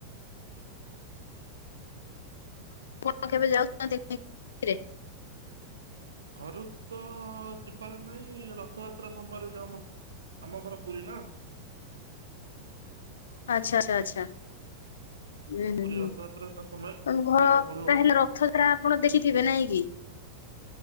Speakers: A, on the left; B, on the right.
A: କଣ କେବେ ଯାଉଛନ୍ତି <unintelligible>
B: ଘରୁକୁ ତ ଯିବାର ନାହିଁ ରଥଯାତ୍ରା ସମୟରେ ଯାହା ଆମ ଆମ ଘର ପୁରୀ ନାଁ।
A: ଆଚ୍ଛା ଆଛା ଆଚ୍ଛା। ଉୁଁ ହୁଁ
B: ପୁରୀ
A: ହୁଁ
B: ରଥଯାତ୍ରା ଟା ସମୟ
A: ତମ ଘର
B: ଯିବାକୁ ପଡିବ
A: ତାହେଲେ
B: ଆଉ
A: ରଥଯାତ୍ରା ଆପଣ ଦେଖିଥିବେ ନାଇଁ କି? ହ <unintelligible>